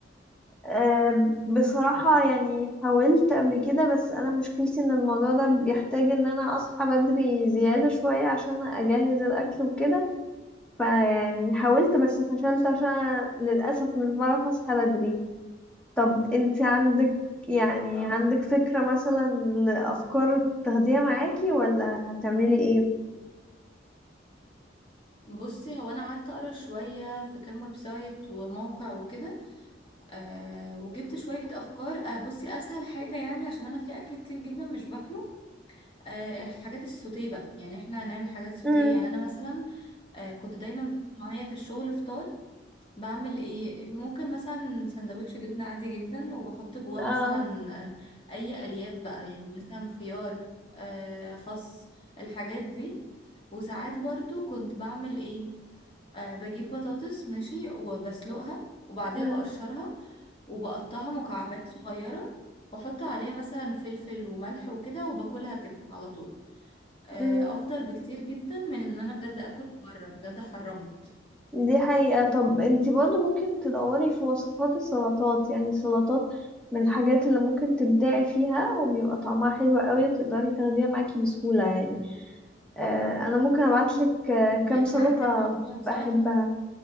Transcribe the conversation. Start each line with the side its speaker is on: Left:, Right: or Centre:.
Centre: آه، بصراحة يعني حاولت قبل كده بس أنا مشكلتي إن الموضوع ده بيحتاج إن أنا أصحى بدري زيادة شوية عشان أجهز الأكل وكده فيعني حاولت بس فشلت عشان للأسف مش بعرف أصحى بدري طب انت عندك يعني
Left: اه
Centre: عندك فكرة مثلا لأفكار تاخديها معاكي ولا هتعملي ايه؟
Left: بصي هو انا قعدت اقرا شويه في كام ويب سايت وموقع وكده أه وجبت شويه افكار أه بصي اسهل حاجه يعني عشان انا في اكل كتير جدا مش باكله أه الحاجات السوتيه بقى يعني احنا هنعمل حاجات سوتيه
Centre: امم
Left: يعني انا مثلا أه كنت دايما باخد معايا في الشغل فطار بعمل ايه ممكن مثلا سندوتش جبنة عادي جدا وبحط جواه
Centre: اه
Left: مثلا آم، اي الياف بقى يعني مثلا خيار آه، خس الحاجات دي وساعات برضو كنت بعمل ايه آه، بجيب بطاطس ماشي وبسلقها وبعديها
Centre: امم
Left: بقشرها وبقطعها مكعبات صغيرة واحط عليها مثلا فلفل وملح وكده وباكلها كده على طول آه،
Centre: امم
Left: افضل بكتير جدا من ان انا بجد اكل من بره بجد حرمت
Centre: دي حقيقة طب انت برضو ممكن تدوري في وصفات السلطات يعني السلطات من الحاجات اللي ممكن تبدعي فيها وبيبقى طعمها حلو قوي وتقدري تاخديها معاكي بسهولة يعني آه انا ممكن ابعتلك آه كام
Left: انت
Centre: سلطة
Left: عندك وصفة لسلطة
Centre: بحبها